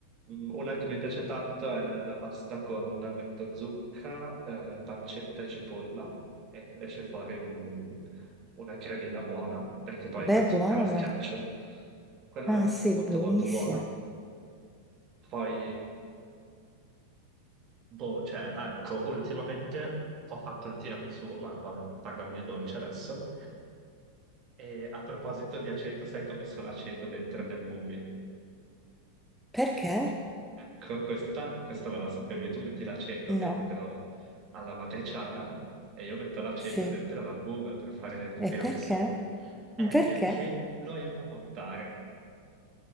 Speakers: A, on the right; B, in the centre.
A: mm, una che mi piace tanto è la pasta con metto zucca, eh, pancetta e cipolla e f- esce fuori un- una cremina buona perché poi
B: Beh,
A: la zucca
B: buona.
A: la schiaccio. Quella
B: Ah, sì,
A: è molto
B: buonissima.
A: molto buona. Poi, boh, cioè, ah, ecco, ultimamente ho fatto il tiramisù, ma vabbè, parliamo di dolce adesso. E a proposito di aceto, sai come messo l'aceto dentro gli albumi?
B: Perché?
A: Ecco, questa, questa non la sapevi. Tu metti l'aceto
B: No.
A: dentro alla matriciana e io metto l'aceto
B: Sì.
A: dentro l'albume per fare il tiramisù.
B: E perché?
A: Eh,
B: Perché?
A: perché lo aiuta a montare.